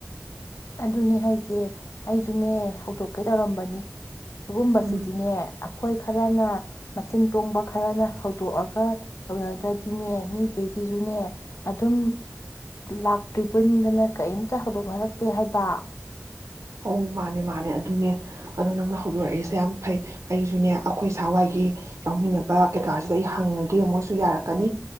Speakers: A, on the left; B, on the right.
A: ꯑꯗꯨꯅꯦ ꯍꯥꯏꯁꯦ ꯑꯩꯁꯨꯅꯦ ꯍꯧꯗꯣꯛꯀꯦ ꯇꯧꯔꯝꯕꯅꯤ꯫ ꯁꯤꯒꯨꯝꯕꯁꯤꯗꯤꯅꯦ
B: ꯎꯝ
A: ꯑꯩꯈꯣꯏ ꯈꯔꯅ ꯃꯆꯤꯟ ꯇꯣꯡꯕ ꯈꯔꯅ ꯍꯧꯗꯣꯛꯑꯒ ꯇꯧꯅꯗ꯭ꯔꯗꯤꯅꯦ ꯃꯤꯈꯩꯁꯤꯁꯨꯅꯦ ꯑꯗꯨꯝ ꯂꯥꯛꯇ꯭ꯔꯤ ꯕꯣꯏ ꯅꯤꯡꯗꯅ ꯀꯔꯤꯝꯇ ꯍꯧꯗꯣꯛꯅꯔꯛ ꯇꯦ ꯍꯥꯏꯕ꯫
B: ꯑꯧ ꯃꯥꯅꯦ- ꯃꯥꯅꯦ ꯑꯗꯨꯅꯦ ꯑꯗꯣ ꯅꯪꯅ ꯍꯧꯗꯣꯔꯛꯏꯁꯦ ꯌꯥꯝ ꯐꯩ ꯑꯩꯁꯨꯅꯦ ꯑꯩꯈꯣꯏ ꯁꯥꯋꯥꯏꯒꯤ ꯌꯥꯎꯃꯤꯟꯅꯕ ꯀꯩꯀꯥꯁꯤꯗ ꯑꯩ ꯍꯪꯉꯒꯦ ꯃꯣꯏꯁꯨ ꯌꯥꯔꯛꯀꯅꯤ